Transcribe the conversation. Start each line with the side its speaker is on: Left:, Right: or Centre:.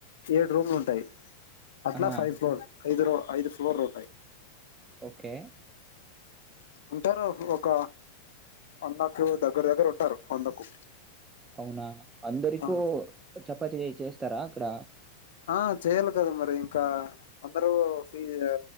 Left: ఏడు రూములు ఉంటాయి అట్లా
Right: ఆహా
Left: ఫైవ్ ప్లోర్ ఐదు రో ఐదు ఫ్లోర్లు ఉంటాయి
Right: ఓకే
Left: అంటారు ఒక అన్న ఫ్యోతప్ దగ్గరదగ్గర ఉంటారు వందకు
Right: అవునా అందరికో
Left: ఆ
Right: చపా చే చేస్ తరాగ్ క్కడ
Left: ఆ చెయాలి కదా మరి ఇంకా అందరు ఫీజు